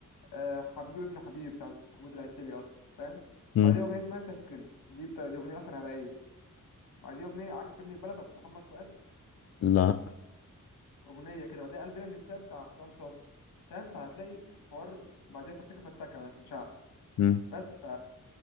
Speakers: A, on the left; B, on the left.
A: آه، حبيبي ابن حبيبي بتاعت محمود العسيلي اصلا فاهم
B: مم،
A: بعديها اغنيه اسمها ساسكن دي بتاع دي اغنيه اصلا عراقيه بعديها اغنيه عارف ابن البلد بتاعت محمد فؤاد
B: لا
A: اغنيه كده بعديها قلبنا النساء بتاع حسام صاصا فاهم فهتلاقي الحوار بعديها فرتكه فرتكه مثلا شعب
B: مم.
A: بس ف